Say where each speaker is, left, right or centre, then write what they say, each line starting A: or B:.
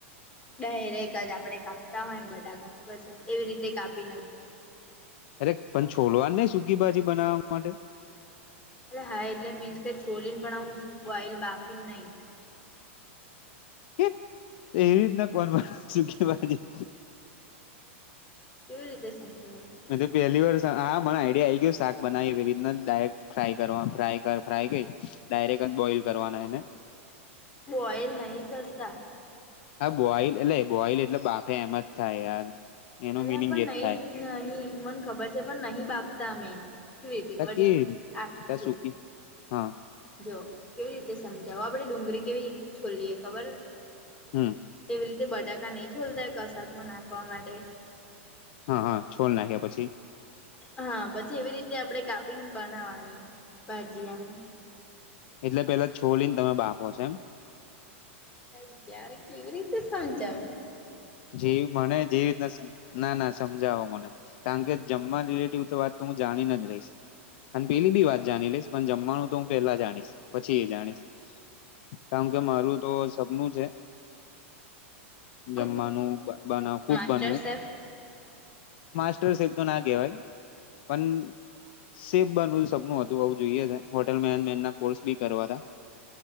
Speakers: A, on the left; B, on the left.
A: ડાયરેક જ આપડે કાપતા હોયને બટાકા ખબર છે એવી રીતે કાપી ને
B: અરે પણ છોલવાના ની સૂકી ભાજી બનાવવા માટે
A: અ હા એટલે મીન્સ કે છોલીને પણ આવું બોઈલ બાફીને નઈ
B: કે એ રીતના કોણ બનાવે સૂકી ભાજી
A: કેવી રીતે સમજાવું
B: મે તો પહેલી વાર હા મને આઈડિયા આ આવી ગયો શાક બનાવી એવી રીતના ડાયક ફ્રાય કરવા ફ્રાય ફ્રાય કઈ ડાયરેક્ટ જ બોઇલ કરવાના એને
A: બોઈલ નહી કરતા
B: હા બોઇલ એટલે બોઇલ એટલે બાફે એમ જ થાય યાર એનો
A: અલા
B: મિનિંગ
A: પણ
B: એ જ થાય
A: નહી નહી મને ખબર છે પણ નહીં બાફતા અમે કેવી રીતે
B: ત
A: ખબર
B: કે
A: છે આપ
B: ત
A: જો
B: સુકી હા
A: જો કેવી રીતે સમજાવો આપડે ડુંગળી કેવી છોલીએ ખબર
B: હમ
A: એવી રીતે બટાકા નહી છોલતા કશાકમાં નાખવા માટે
B: હા હા છોલ નાખ્યા પછી
A: હા પછી એવી રીતે આપણે કાપીને બનાવાની ભાજી એમ
B: એટલે પેલા છોલી ને તમે બાફો છે એમ
A: તય યાર કેવી રીતે સમજવું
B: જેવી મને જેવી રીતના સ ના ના સમજાવો મને કારણ કે જમવા રિલેટિવ તો વાત તો હું જાણી ને જ રહીશ અને પેલી બી વાત જાણી લઈશ પણ જમવાનું તો હું પેલા જાણીશ પછી એ જાણીશ કારણ કે મારું તો સપનું છે જમવાનું
A: કુક
B: બનાવ ખુબ
A: માસ્ટર
B: બનવું
A: શેફ
B: માસ્ટર ચેફ તો ના કેવાય પણ સેફ બનવું સપનું હતું હવે જોઈએ છે હોટેલ મેનેજમેન્ટ ના કોર્સ બી કરવાતા